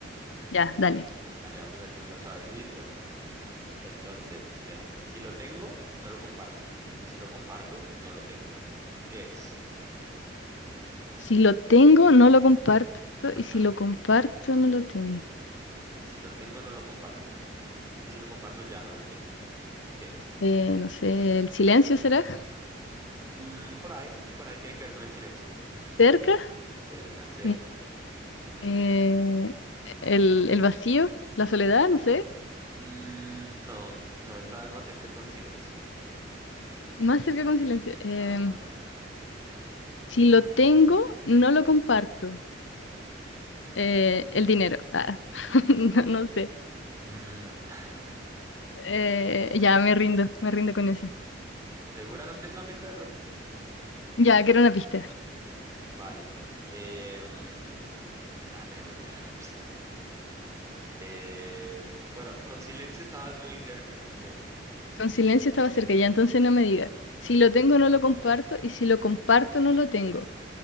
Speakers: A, on the left; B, on the right.
A: ya, dale.
B: Dale, vamos a empezar con uno suavecito. Entonces, mira, si lo tengo, no lo comparto. Si lo comparto, no lo tengo. ¿Qué es?
A: Si lo tengo, no lo comparto.
B: Ajá.
A: Y si lo comparto, no lo tengo.
B: Si lo tengo, no lo comparto. Y si lo comparto, ya no lo tengo. ¿Qué es?
A: Eh, no sé, ¿el silencio será?
B: Mm, por ahí, por ahí tiene que ver con el silencio.
A: ¿Cerca?
B: Cerca, cerca.
A: Eh, eh, el, el vacío? ¿La soledad? No sé.
B: Mm, no, no, estabas más cerca con silencio.
A: Más cerca con silencio. Eh,
B: Ajá.
A: si lo tengo, no lo comparto. Eh, el dinero. Ah, <laughs> no, no sé.
B: Mm, no. <laughs>
A: Eh, ya, me rindo, me rindo con ese.
B: ¿Segura? ¿No quieres una pista de pronto?
A: Ya, que era una pista.
B: Vale. Em, a ver, déjame pensar en una pista. Eh, bueno, con silencio estabas muy cerca, es muy cerca.
A: Con silencio estaba cerca, ya entonces no me digas. Si lo tengo, no lo comparto, y si lo comparto, no lo tengo.